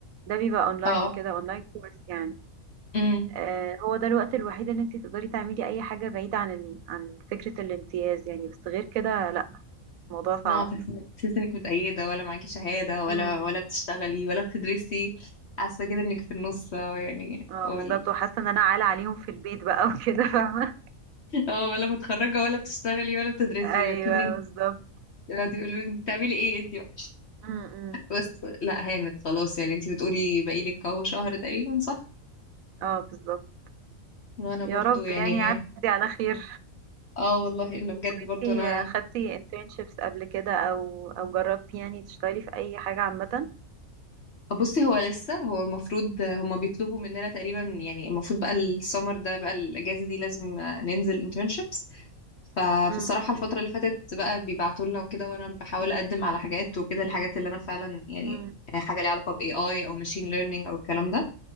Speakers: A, on the right (about 80°); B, on the left (about 55°).
A: ده بيبقى اونلاين
B: اه
A: كده اونلاين كورس يعني
B: امم
A: آه، هو ده الوقت الوحيد ان انتي تقدري تعملي اي حاجة بعيدة عن ال... عن فكرة الامتياز يعني بس غير كده لا الموضوع صعب
B: لا تحس تحس انك متأيدة ولا معاكي شهادة ولا
A: امم
B: ولا بتشتغلي ولا بتدرسي حاسة كده انك في النص اه يعني
A: اه
B: ولا
A: بالظبط وحاسة ان انا عالة عليهم في البيت بقى وكده فاهمة
B: اه ولا متخرجة ولا بتشتغلي ولا بتدرسي
A: <laughs> ايوه
B: كأنك
A: بالظبط
B: يقعدوا يقولوا انت بتعملي ايه انت بقى.
A: امم
B: بس لا هانت خلاص يعني انت بتقولي بقالك اهو شهر تقريبا صح
A: اه بالظبط
B: وانا برضو
A: يا رب
B: يعني
A: يعني يعدي على خير
B: اه والله انه بجد برضو
A: انتي
B: انا
A: آه، خدتي internships قبل كده او او جربتي يعني تشتغلي في اي حاجة عامة
B: بصي هو لسه هو المفروض هما بيطلبوا مننا تقريبا يعني المفروض بقى السمر ده بقى الاجازه دي لازم ننزل internships فالصراحه
A: مم.
B: الفتره اللي فاتت بقى بيبعتوا لنا وكده وانا بحاول اقدم على حاجات وكده الحاجات اللي انا فعلا يعني
A: مم.
B: حاجه ليها علاقه ب AI او machine learning او الكلام ده